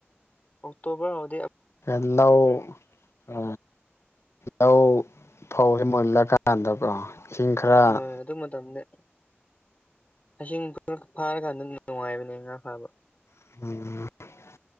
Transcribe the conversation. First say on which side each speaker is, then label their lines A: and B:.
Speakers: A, on the left; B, on the left.
A: ꯑꯣꯛꯇꯣꯕꯔ ꯍꯥꯎꯗꯤ
B: ꯑꯦ ꯂꯧ ꯑ ꯂꯧ ꯐꯧꯖꯦ ꯃꯨꯜꯂꯀꯥꯟꯗꯀꯣ ꯏꯁꯤꯡ ꯈꯔ
A: ꯍꯣꯏ ꯑꯗꯨ ꯃꯇꯝꯗ ꯏꯁꯤꯡ ꯈꯔ ꯐꯥꯔꯀꯥꯟꯗ ꯅꯨꯡꯉꯥꯏꯕꯅꯦ ꯉꯥ ꯐꯥꯕ
B: <unintelligible>